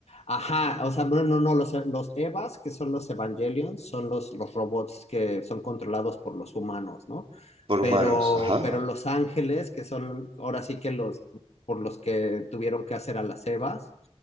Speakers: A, on the left (about 85°); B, on the right (about 60°).
A: Ajá, o sea, bueno, no, no, los, los Evas, que son los Evangelions, son los, los robots que son controlados por los humanos, ¿no?
B: Por
A: Pero,
B: humanos, ajá,
A: pero los ángeles, que son ahora sí que los, por los que tuvieron que hacer a las Evas,